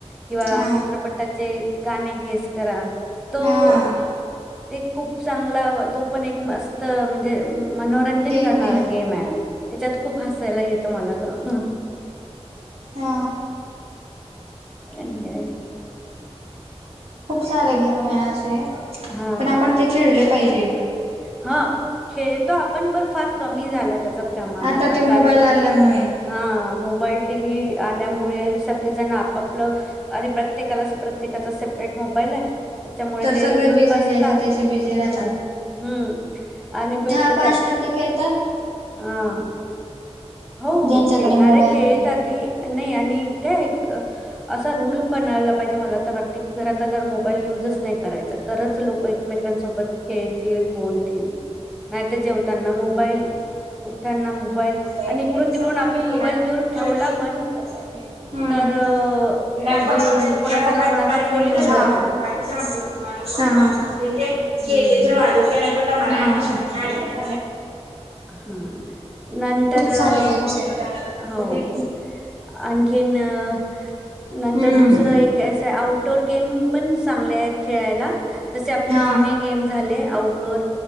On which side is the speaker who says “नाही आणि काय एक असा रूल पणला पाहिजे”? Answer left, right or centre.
Centre